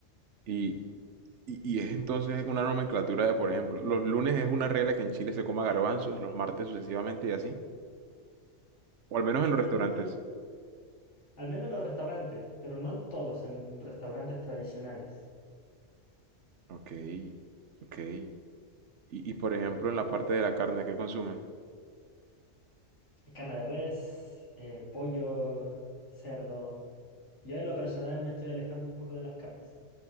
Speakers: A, on the right; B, on the left.
A: ¿Y Y, y es entonces una nomenclatura de, por ejemplo, los lunes es una regla que en Chile se coma garbanzos, los martes sucesivamente y así. O al menos
B: No
A: en los restaurantes.
B: en- al menos en los restaurantes, pero no en todos, en restaurantes tradicionales.
A: Ok, ok. Y, y por ejemplo, en la parte de la carne que consumen.
B: Hay Carne de res, eh, pollo, cerdo. Yo en lo personal me estoy alejando un poco de las carnes.